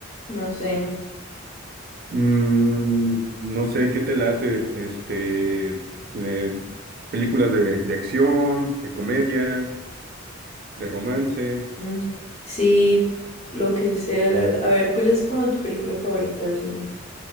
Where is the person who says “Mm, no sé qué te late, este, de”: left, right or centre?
Right